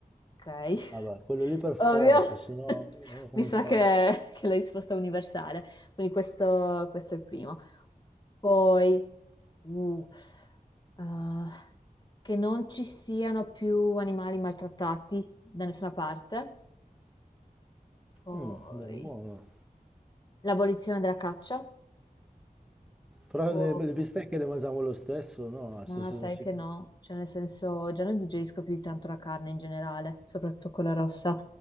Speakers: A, on the left; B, in the centre.
A: Ok, <laughs>
B: Vabbè, quello lì per forza,
A: ovvio, <laughs>
B: se no eh, come
A: mi sa
B: fai?
A: che, che è la risposta è universale, quindi questo, questo è il primo. Poi, uh, eh, che non ci siano più animali maltrattati da nessuna parte, poi
B: Mm, è buono.
A: l'abolizione della caccia,
B: Però
A: Poi,
B: le, le bistecche le mangiamo lo stesso, no?
A: Ma
B: Se, se non
A: sai
B: si...
A: che no, cioè nel senso già non digerisco più di tanto la carne in generale, soprattutto quella rossa,